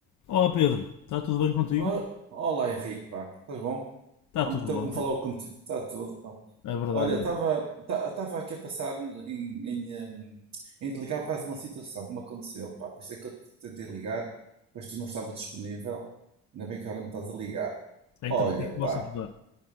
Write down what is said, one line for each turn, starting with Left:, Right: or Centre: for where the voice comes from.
Left: Olá Pedro, está tudo bem contigo?
Right: Oh, Olá Henrique, pá, estás bom?
Left: Está
Right: Há
Left: tudo
Right: muito tempo
Left: ótimo,
Right: que não falava contigo, está tudo, pá.
Left: é verdade.
Right: Olha, estava tá- estava aqui a pensar em, em, hum, em te ligar por causa de uma situação que me aconteceu, pá. Pensei que eu te tentei ligar, mas tu não estava disponível, ainda bem que agora me estás a ligar.
Left: Então,
Right: Olha,
Left: o que é que posso
Right: pá,
Left: ajudar?